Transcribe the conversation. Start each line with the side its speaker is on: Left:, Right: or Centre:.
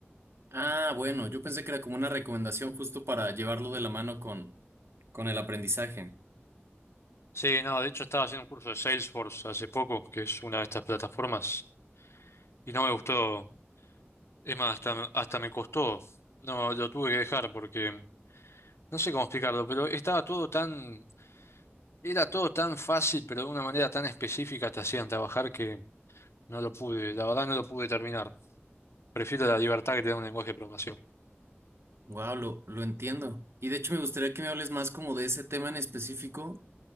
Right: Ah, bueno, yo pensé que era como una recomendación justo para llevarlo de la mano con, con el aprendizaje.
Left: Sí, no, de hecho estaba haciendo un curso de Salesforce hace poco, que es una de estas plataformas, y no me gustó. Es más, hasta, me- hasta me costó. No, lo tuve que dejar porque no sé cómo explicarlo, pero estaba todo tan, era todo tan fácil, pero de una manera tan específica te hacían trabajar que no lo pude, la verdad no lo pude terminar. Prefiero la libertad que te da un lenguaje de programación.
Right: Wow, lo, lo entiendo. Y de hecho me gustaría que me hables más como de ese tema en específico,